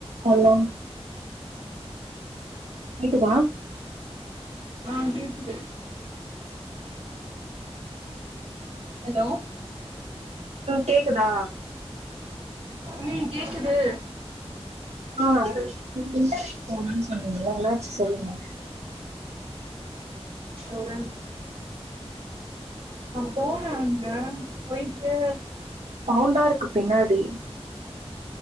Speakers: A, on the right; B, on the right.
A: Hello கேக்குதா
B: ஆ கேக்குது ஹலோ
A: ஹாலோ கேக்குதா
B: உம் கேக்குது
A: ஆ ரிட் ரிட்டன் போணுன்னு சொன்னீங்களே என்னாச்சுனு சொல்லுங்க
B: ஓரே நி நா போன ஒடனே போயிட்டு
A: சவுண்டா இருக்கு பின்னாடி